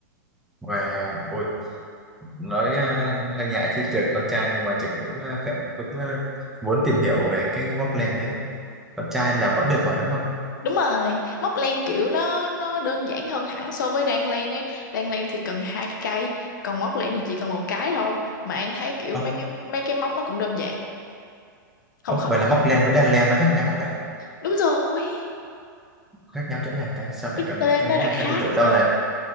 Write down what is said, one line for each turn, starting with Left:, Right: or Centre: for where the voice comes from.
Centre: và ôi, nói à, hay ngại chứ trường con trai nhưng mà trường cũng à, khá- cũng à, muốn tìm hiểu về cái móc len đấy. Con trai làm vẫn được mà đúng không?
Left: đúng rồi móc len kiểu nó nó đơn giản hơn hẳn so với đan len ấy đan len thì cần hai cái cây còn móc len thì chỉ cần một cái thôi mà An thấy kiểu
Centre: Ồ,
Left: mấy cái mấy cái móc nó cũng đơn giản không
Centre: ồ,
Left: khó
Centre: vậy là móc len với đan len nó khác nhau hả ta?
Left: đúng rồi
Centre: Khác nhau chỗ nào ta? Sao lại
Left: cái
Centre: cần
Left: tên
Centre: một cây
Left: nó
Centre: với
Left: đã
Centre: hai
Left: khác
Centre: cây? Tôi tưởng đâu
Left: rồi
Centre: là